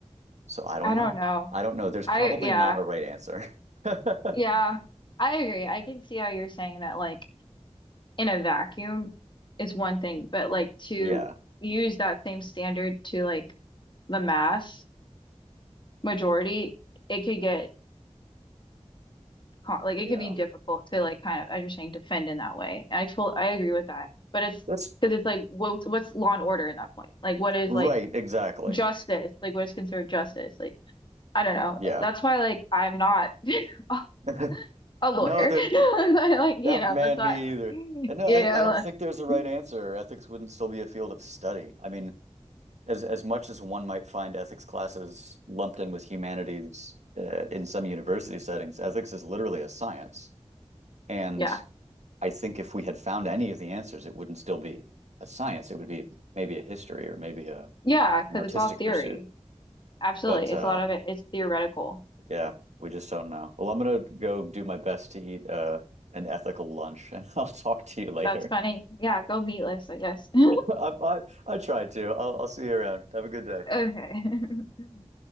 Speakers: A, on the right (about 80°); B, on the left (about 45°).
A: So I don't
B: I don't
A: know.
B: know.
A: I don't know. There's
B: I
A: probably
B: yeah.
A: not a right answer. <laughs>
B: Yeah. I agree. I can see how you're saying that like in a vacuum is one thing, but like to
A: Yeah.
B: use that same standard to like the mass majority, it could get co- like
A: Yeah.
B: it could be difficult to like kind of as you're saying defend in that way. And I told I agree with that, but it's
A: That's
B: because it's like what what's law and order in that point? Like what is
A: right,
B: like
A: exactly.
B: justice? Like what is considered justice? Like I don't know.
A: Yeah.
B: That's why, like, I'm not <laughs> a
A: <laughs>
B: a lawyer.
A: No, they're
B: <laughs> But, Like, you
A: that
B: know,
A: man
B: that's why
A: me
B: I'm like,
A: either.
B: <laughs> you
A: And no, I,
B: know,
A: I don't think there's a right
B: like,
A: answer. Ethics wouldn't still be a field of study. I mean, as as much as one might find ethics classes lumped in with humanities uh, in some university settings, ethics is literally a science. And
B: yeah,
A: I think if we had found any of the answers, it wouldn't still be a science. It would be maybe a history or maybe a
B: yeah, because
A: an artistic
B: it's all theory.
A: pursuit.
B: Absolutely,
A: But
B: it's
A: uh,
B: a lot of it. It's theoretical.
A: Yeah, we just don't know. Well, I'm gonna go do my best to eat uh an ethical lunch, and <laughs> I'll talk to you later.
B: That's funny. Yeah, go meatless, I guess. <laughs>
A: <laughs> I I, I tried to. I'll I'll see you around. Have a good day.
B: Okay. <laughs>